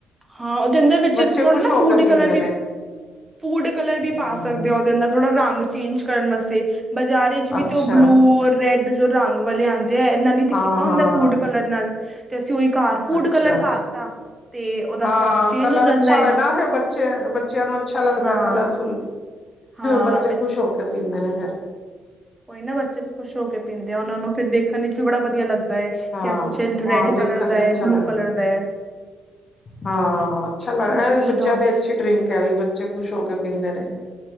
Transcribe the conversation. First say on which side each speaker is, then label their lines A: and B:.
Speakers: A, on the right; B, on the left.
A: ਹਾਂ ਉਹਦੇ ਅੰਦਰ ਵਿੱਚ
B: ਬੱਚੇ
A: ਅਸੀਂ ਥੋੜਾ
B: ਖ਼ੁਸ਼
A: ਨਾ
B: ਹੋ
A: ਫੂਡ
B: ਕੇ ਪੀਂਦੇ
A: ਕਲਰ ਵੀ
B: ਨੇ।
A: ਫੂਡ ਕਲਰ ਵੀ
B: ਹਮ
A: ਪਾ ਸਕਦੇ ਓ ਓਦੇ ਅੰਦਰ, ਥੋੜਾ ਰੰਗ ਚੇਂਜ ਕਰਨ ਵਾਸਤੇ। ਬਾਜ਼ਾਰੀ ਚ ਵੀ
B: ਅੱਛਾ
A: ਤੇ ਓ ਬਲੂ ਔਰ ਰੈਡ ਜੋ ਰੰਗ ਵਾਲੇ ਆਂਦ ਤੇ ਐਨਾ ਨੇ ਤੇ
B: ਹਾਂ
A: ਕੀਤਾ
B: ਹਾਂ
A: ਹੁੰਦੈ ਫੂਡ ਕਲਰ ਨਾਲ ਤੇ ਅਸੀਂ ਉਹੀ ਘਰ ਫੂਡ
B: ਅੱਛਾ
A: ਕਲਰ ਪਾਤਾ। ਤੇ ਉਹਦਾ
B: ਹਾਂ,
A: ਰੰਗ ਚੇਂਜ
B: ਕਲਰ
A: ਹੋ
B: ਅੱਛਾ
A: ਜਾਂਦਾ ਹੈ
B: ਹੋਏ ਨਾ ਫੇਰ ਬੱਚੇ ਬੱਚਿਆਂ ਨੂੰ ਅੱਛਾ ਲੱਗਦੈ
A: ਹਾਂ
B: ਕਲਰਫੁੱਲ।
A: ਹਾਂ
B: ਬੱਚੇ ਖੁਸ਼ ਹੋ ਕੇ ਪੀਂਦੇ ਨੇ ਫੇਰ।
A: ਓਈ ਨਾ ਬੱਚੇ ਖੁਸ਼ ਹੋ ਕੇ ਪੀਂਦੇ ਆ, ਓਨਾ ਨੂੰ ਫਿਰ ਦੇਖਣ ਇੱਚ ਵੀ ਬੜਾ ਵਧੀਆ ਲੱਗਦਾ ਏ
B: ਹਾਂ
A: ਕਿ ਕੁੱਛ
B: ਹਾਂ
A: ਰੈਡ
B: ਦੇਖਣ
A: ਕਲਰ
B: ਚ
A: ਦਾ
B: ਅੱਛਾ
A: ਏ, ਬਲੂ
B: ਲੱਗਦਾ
A: ਕਲਰ ਦੈ।
B: ਹਾਂ ਅੱਛਾ ਲੱਗ
A: ਉਹ
B: ਐ ਵੀ
A: ਪੀ
B: ਬੱਚਿਆਂ
A: ਦਾ ਹੁੰਦਾ
B: ਦੀ ਅੱਛੀ ਡਰਿੰਕ ਐ ਵੀ, ਬੱਚੇ ਖੁਸ਼ ਹੋ ਕੇ ਪੀਂਦੇ ਨੇ।